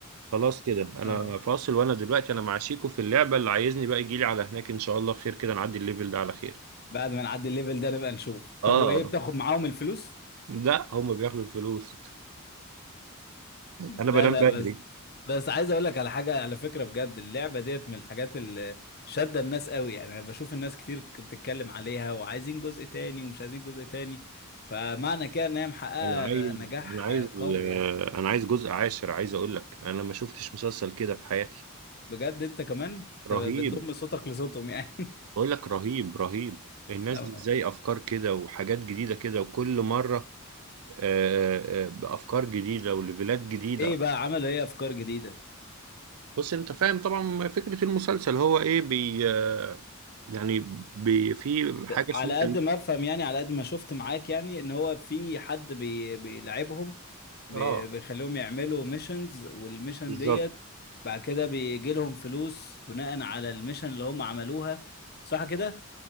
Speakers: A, on the right; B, on the left.
A: خلاص كده أنا
B: اه
A: فاصل وأنا دلوقتي أنا مع شيكو في اللعبة اللي عايزني بقى يجيلي على هناك إن شاء الله خير كده نعدي الليفل ده على خير
B: بعد ما نعدي الليفل ده نبقى نشوف
A: آه
B: طب وايه بتاخد معاهم الفلوس
A: لا هما بياخدوا الفلوس انا
B: لا
A: بنام
B: لا
A: بدري
B: بس بس عايز اقول لك على حاجه على فكره بجد اللعبه ديت من الحاجات اللي شاده الناس قوي يعني انا بشوف الناس كتير ك- بتتكلم عليها وعايزين جزء تاني ومش عايزين جزء تاني فمعنى كده ان هي محققه
A: انا عايز
B: نجاح
A: انا عايز
B: آه، قوي
A: آه،
B: يعني
A: انا عايز جزء عاشر عايز اقول لك انا ما شفتش مسلسل كده في حياتي
B: بجد انت كمان أنت
A: رهيب
B: بتضم صوتك لصوتهم يعني
A: بقول لك رهيب رهيب الناس
B: <laughs>
A: دي ازاي افكار كده وحاجات جديده كده وكل مره آه، آه، آه، بافكار جديده وليفلات جديده
B: ايه بقى عملوا ايه افكار جديده
A: بص انت فاهم طبعا فكره المسلسل هو ايه بي آه، يعني بي في حاجه
B: على
A: اسمها
B: قد ما افهم يعني على قد ما شفت معاك يعني ان هو في حد بي... بيلعبهم بي-
A: اه
B: بيخليهم يعملوا ميشنز والميشن
A: بالظبط
B: ديت بعد كده بيجي لهم فلوس بناء على الميشن اللي هم عملوها صح كده